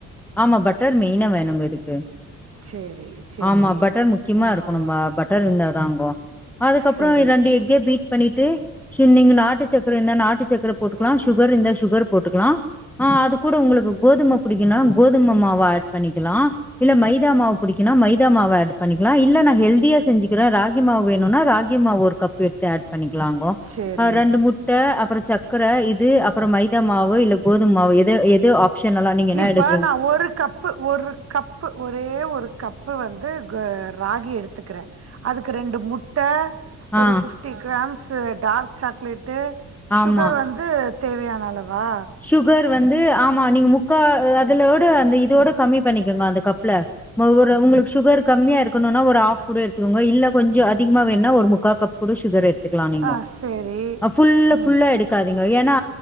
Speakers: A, in the centre; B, on the right (about 50°).
A: ஆமா பட்டர் மெயினா வேணோங்க இதுக்கு
B: சரி சரி
A: ஆமா பட்டர் முக்கியமா
B: ஆ
A: இருக்கணோ
B: ஓ
A: மா பட் டர் இருந்தாதாங்கோ அதுக்கப்றோ
B: சரி
A: ரெண்டு எக்கே பீட் பண்ணிட்டு ச்ச நீங்க நாட்டு சக்கர இருந்தா நாட்டு சக்கர போட்டுக்லா சுகர் இருந்தா சுகர் போட்டுக்லா ஆ அது கூட உங்குளுக்கு கோதும புடிக்குனா கோதும மாவ ஆட் பண்ணிக்குலா இல்ல மைதா மாவு புடிக்குனா மைதா மாவ ஆட் பண்ணிக்குலா இல்ல இல்ல நா ஹெல்தியா செஞ்சுகுறே ராகி மாவு வேணோனா ராகி மாவு ஒரு கப் எடுத்து ஆட் பண்ணிக்கலாங்கோ
B: சரி
A: அ ரெண்டு முட்ட அப்றோ சக் கர இது அப்றோ மைதா மாவு இல்ல கோது மாவு எத எது ஆப்ஷன் எல்லா நீங்க என்னா
B: இப்ப
A: எடுக்
B: நா ஒரு ஒரு கப்பு ஒரு கப்பு ஒரே ஒரு கப்பு வந்து கு ராகி எடுத்துக்குறே அதுக்கு ரெண்டு முட்ட ஒரு
A: ஆ
B: பிஃப்டி கிராம்ஸ் டார்க் சாக்லேட்டு சுகர்
A: ஆமா
B: வந் து தேவயான அளவா
A: சுகர் வந்து ஆமா நீங்க முக்கா அதுலோட அந்த இதோட கம்மி பண்ணிக்கோங்க அந்த கப்ல ஒவ்ரு உங்குளுக்கு சுகர் கம்மியா இருக்கணுனா ஒரு ஆஃப் கூட எடுத்துக்கோங்க இல்ல கொஞ்சோ அதிகமா வேணுனா ஒரு முக்கா கப் கூட சுகர் எடுத்துக்லா நீங்கோ
B: ஆ சேரி
A: ஆ ஃபுல்
B: ம்
A: ஃபுல்லா எடுக்காதீங் கோ ஏன்னா